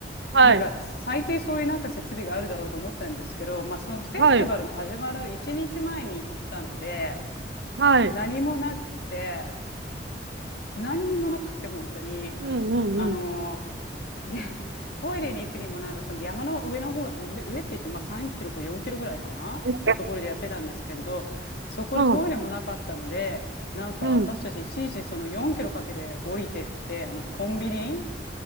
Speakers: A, on the right; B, on the left.
A: はい。
B: なんか最低そういうなんか設備があるだろうと思ったんですけど、まあ、そのフェスティバルの始まる1日前に行ったので
A: はい。はい。
B: 何もなくて何にもなくて本当に
A: うんうんうん。
B: あのでトイレに行くにもなんかその山の上の方上、上って言ってまあ3キロか4キロぐらいかなのところでやってたんですけれどそこでトイレもなかったのでなんか私たちいちいちその4キロかけて降りてってあのコンビニ
A: うん。うん。